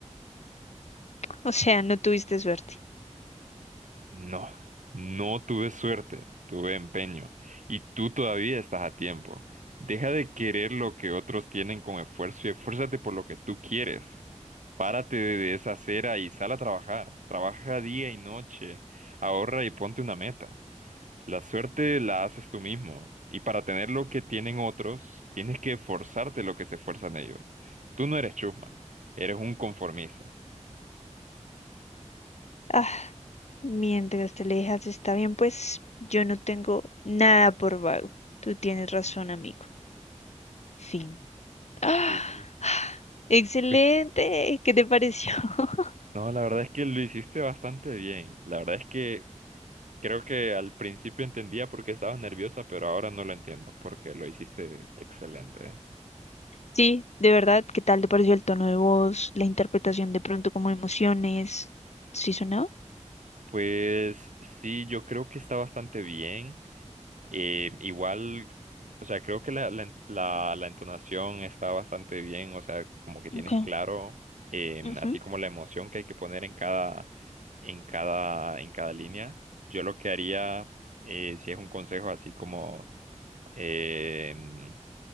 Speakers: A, on the left (about 60°); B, on the right (about 85°).
A: O sea, no tuviste suerte.
B: No, no tuve suerte, tuve empeño. Y tú todavía estás a tiempo. Deja de querer lo que otros tienen con esfuerzo y esfuérzate por lo que tú quieres. Párate de esa acera y sal a trabajar. Trabaja día y noche. Ahorra y ponte una meta. La suerte la haces tú mismo, y para tener lo que tienen otros, tienes que forzarte lo que se esfuerzan ellos. Tú no eres chusma, eres un conformista.
A: Ah, mientras te alejas está bien, pues yo no tengo nada por vago. Tú tienes razón, amigo. Fin. ¡Ah!
B: Ujú.
A: Excelente,
B: Pues
A: ¿qué te pareció? <laughs>
B: no, la verdad es que lo hiciste bastante bien. La verdad es que creo que al principio entendía por qué estabas nerviosa, pero ahora no lo entiendo, porque lo hiciste excelente. ¿eh?
A: Sí, de verdad, ¿qué tal te pareció el tono de voz, la interpretación de pronto como emociones? ¿Sí sonaba?
B: Pues sí, yo creo que está bastante bien. Eh, igual, o sea, creo que la, la, en- la- la entonación está bastante bien, o sea, como que tienes
A: Ok.
B: claro, em,
A: ujú,
B: así como la emoción que hay que poner en cada, en cada, en cada línea. Yo lo que haría, eh, si es un consejo así como, em,